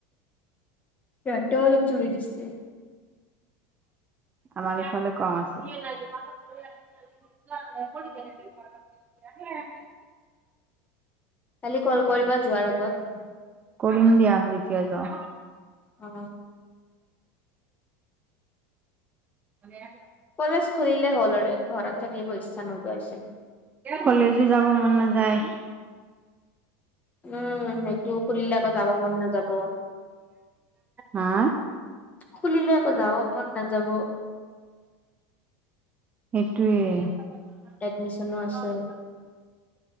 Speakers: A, on the left (about 20°); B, on the right (about 20°).
A: ইয়াটো অলপ জুৰে দিছে
B: আমাৰ ইফালে কম আছে। <unintelligible> <unintelligible>
A: কালি কল কৰিবা যোৱাৰ আগত
B: কৰিম দিয়া যেতিয়া যাওঁ।
A: অ
B: <unintelligible>
A: কলেজ খোলিলে হ'ল আৰে ঘৰত থাকি পইচা নোযোৱাইছে
B: কলেজো যাব মন নাযায়
A: উম সেইটো খুলিলে আকৌ যাব মন নাযাব।
B: হা?
A: খুলিলে আকৌ যাব মন নাযাব।
B: সেইটোৱে
A: এডমিচনো আছে।